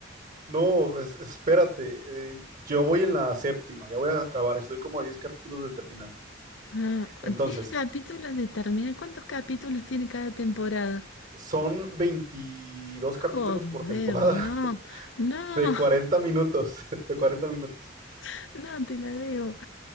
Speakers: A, on the right; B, on the left.
A: No, es- espérate. eh, yo voy en la séptima, ya voy a acabar. Estoy como a 10 capítulos de terminar.
B: Ah,
A: Entonces,
B: 10 capítulos de terminar. ¿Cuántos capítulos tiene cada temporada?
A: son 22 capítulos
B: Joder,
A: por temporada
B: no. No,
A: <laughs> de 40 minutos. <laughs> De 40 minutos.
B: <laughs> no te la debo.